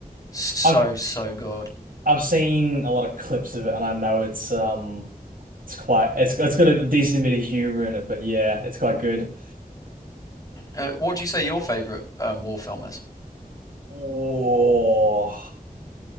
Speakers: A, on the left; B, on the right.
A: So
B: I've
A: so good.
B: I've seen a lot of clips of it, and I know it's um, it's quite it's it's got a decent bit of humor in it, but yeah, it's quite good.
A: Uh, what would you say your favorite um, war film is?
B: Oh,